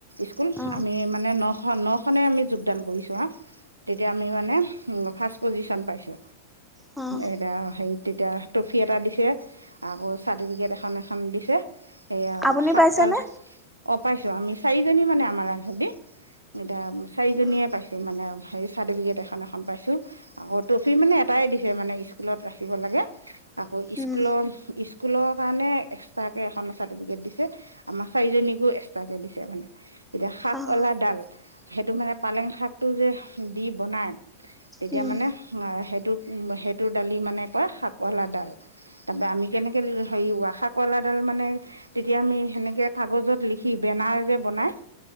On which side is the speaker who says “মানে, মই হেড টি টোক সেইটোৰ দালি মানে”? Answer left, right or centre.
Right